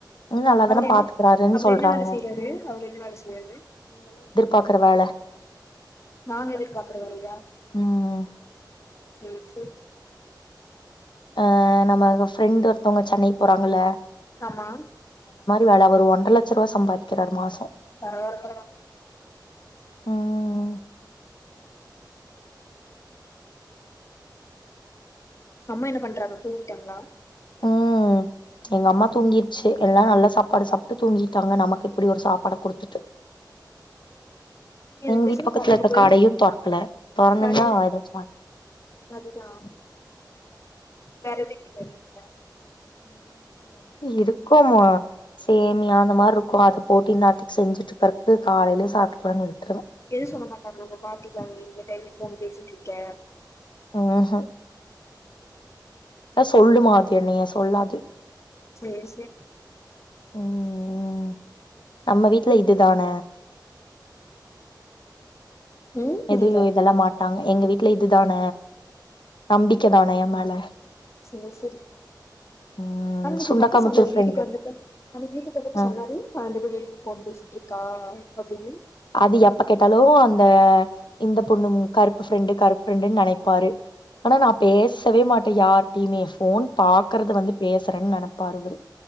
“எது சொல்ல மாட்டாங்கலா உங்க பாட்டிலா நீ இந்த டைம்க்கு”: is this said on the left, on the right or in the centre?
Left